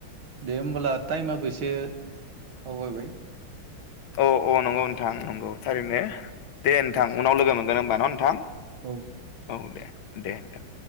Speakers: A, on the right; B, on the left.
A: दे होमबला टाइमाबो एसे आवगायबाय
B: औ औ नंगौ नोंथां नंगौ। थारैनो।
A: औ
B: दे नोंथां
A: औ
B: उनाव लोगो मोनगोन होमबा ना नोंथां।
A: औ
B: औ दे दे नोंथां।